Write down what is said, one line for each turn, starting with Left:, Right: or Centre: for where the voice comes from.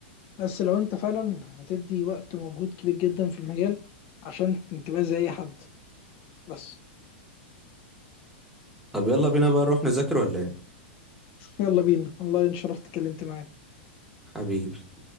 Left: بس لو انت فعلا هتدي وقت ومجهود كبير جدا في المجال عشان تبقى زي اي حد بس
Centre: طب يلا بينا بقى نروح نذاكر ولا ايه
Left: يلا بينا والله ان شرفت اتكلمت معاك
Centre: حبيبي